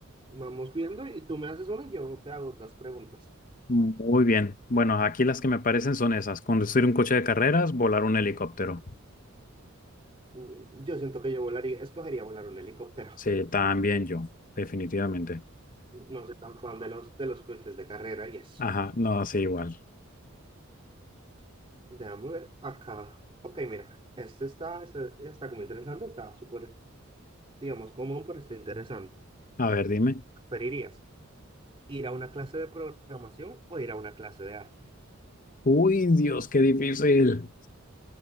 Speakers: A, on the right; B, on the left.
A: vamos viendo y tú me haces una y yo te hago otras preguntas.
B: muy bien? Bueno, aquí las que me aparecen son esas, conducir un coche de carreras, volar un helicóptero.
A: Mm, Yo siento que yo volaría, escogería volar un helicóptero.
B: Sí, también yo, definitivamente.
A: <laughs> No soy tan fan de los, de los coches de carrera y eso.
B: Ajá, no, sí, igual.
A: Déjame ver acá. Ok, mira, este está, este está como interesante, está súper, digamos, común, pero está interesante.
B: A ver, dime.
A: ¿Preferirías ir a una clase de programación o ir a una clase de arte?
B: Uy, Dios, qué difícil.